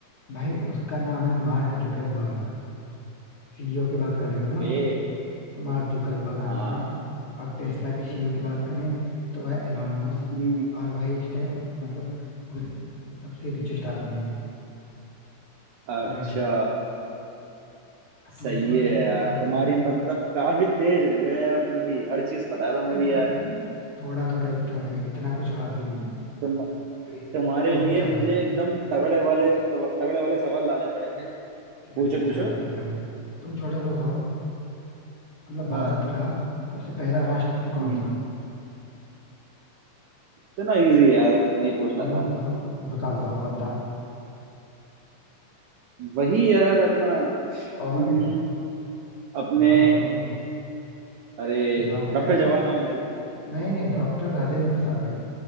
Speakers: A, on the left; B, on the right.
A: भाई उसका नाम है मार्क जुकरबर्ग सीईओ की बात कर
B: ओके
A: रहे हो ना मार्क जुकरबर्ग
B: हाँ
A: नाम है और टेस्ला के सीईओ की बात करें तो वह एलॉन मस्क
B: हम्म,
A: और वही इस टाइम मतलब पूरे दुनिया के सबसे रिचेस्ट आदमी है
B: अच्छा
A: करंट
B: सही
A: तो उनके बारे
B: है
A: में तो
B: यार
A: पता होगा
B: तुम्हारी
A: ही नहीं
B: मतलब काफी तेज हो गए यार तुम भी
A: अब
B: हर
A: नहीं,
B: चीज
A: नहीं,
B: पता
A: काफी
B: है तुम्हें भी
A: तेज
B: यार
A: नहीं थोड़ा थोड़ा ही पता है भाई इतना कुछ खास भी नहीं है
B: तुम
A: अबे
B: तुम्हारे
A: तुम
B: लिए
A: बताओ
B: मुझे
A: भाई
B: एकदम तगड़े वाले तगड़े वाले सवाल लाने पड़ेंगे
A: तिलक
B: पूछो पूछो
A: झड़कते भाई तुम छोटा सा बताओ मतलब भारत
B: हाँ
A: का सबसे पहला राष्ट्रपति कौन
B: हम्म
A: था
B: इतना इजी है यार नहीं पूछना
A: हम्म
B: था
A: बताओ बताओ बताओ कौन था
B: वही यार अपना हम्म,
A: कौन
B: अपने
A: बताओ बताओ
B: अरे
A: डॉक्टर
B: doctor Jawaharlal Nehru
A: नहीं नहीं डॉक्टर राजेंद्र प्रसाद भाई